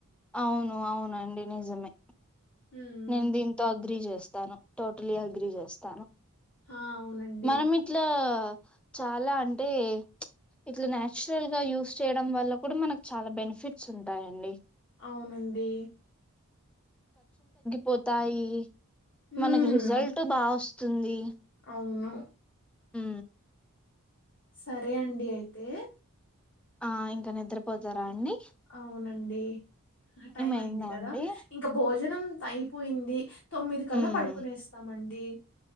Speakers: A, in the centre; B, on the left (about 55°).
A: అవును అవునండి నిజమే
B: హ్మ్.
A: నీన్ దింతో అగ్రిచేస్తా వస్తాను టోటలీ అగ్రిచేస్తాను
B: ఆ! అవునండి.
A: మనం ఇట్లా చాలా అంటే ఇట్లా నాచురల్ గా యూస్ చేయడం వల్ల కూడా మనకు చాలా బెనిఫిట్స్ ఉంటాయండి.
B: అవునండి
A: పోతాయి
B: హ్మ్.
A: మనకి రిజల్ట్ బా వస్తు స్తుంది
B: అవును.
A: హు
B: సరే అండి అయితే
A: ఆ ఇంకా నిద్రపోతారా అండి
B: అవునండి టైం
A: అయిందా
B: అయింది కదా
A: అండి?
B: ఇంకా భోజనం అయిపోయింది తొమ్మిది కల్లా
A: హ్మ్.
B: పడుకునేస్తామండి